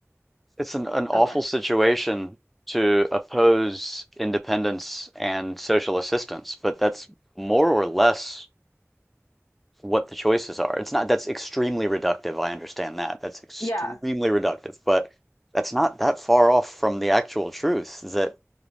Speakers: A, in the centre; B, on the left.
A: it's an, an awful
B: oh, go ahead.
A: situation to oppose independence and social assistance, but that's more or less what the choices are. It's not, that's extremely reductive. I understand that. That's extremely
B: Yeah,
A: reductive, but that's not that far off from the actual truth that